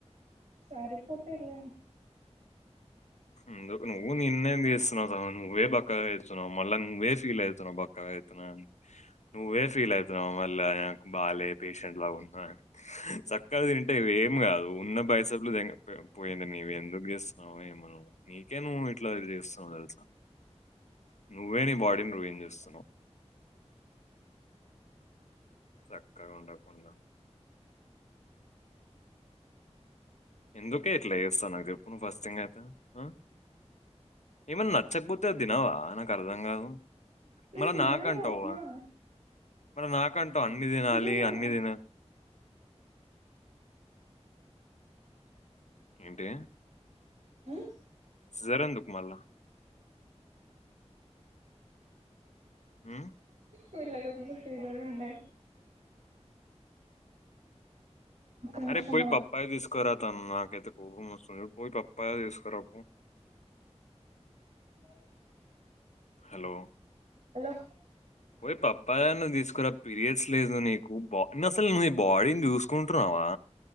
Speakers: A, on the right (about 85°); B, on the left (about 80°).
A: సరిపోతైలే
B: ఎందుకు నువ్వు నిర్ణయం తీస్తునా తర్వాత నువ్వే బక్కగా అయితున్నావ్ మళ్ళా నువ్వే ఫీల్ అయితు బక్కగా అయితున్నండి నువ్వే ఫీల్ అయితున్నావు మళ్ళ నాకు బాలే పేషెంట్ లా ఉన్నా అని సక్కగా తింటే ఇవి ఏం కాదు ఉన్న బైసపులు పోయింది నీవి ఎందుకు జేస్ నవేమ నువు నీకే నువ్వు ఇట్లా చేస్తావు తెలుసా నువ్వే నీ బాడీని రూయంజస్తున్నావు చక్కగా ఉండకుండా ఎందుకే ఇట్లా చేస్తా నాకు చెప్పును ఫస్ట్ థింగ్ అయితే ఆ ఏమన్నా నచ్చకపోతే తినవా నాకు అర్థం కాదు
A: నేను
B: మళ
A: తిన్నాను
B: నాకంటావ
A: ఉప్మా
B: మల నాకంటవు అన్ని తినాలి
A: ఫిగర్ ఇయ్యవా
B: అన్ని తిన ఏంటి
A: హ
B: సీజర్ ఎందుకు మల్ల ఉ
A: వీళ్ళ జూడు సీజర్ ఉండే ఒక నిమిషం
B: అరే పోయి
A: ఆగు
B: పప్పాయ తీసుకురా తను నాకైతే కోపం మస్తుంది చూడు పోయి పప్పయ తీసుకురాపో
A: సెవ సిక్స్టీ ఫ
B: హలో
A: హలో
B: పోయి పప్పాయన్న తీసుకురా పీరియడ్స్ లేదు నీకు బా ఇన్న అసలు నువ్వు ఈ బాడీని చూసుకుంటున్నావా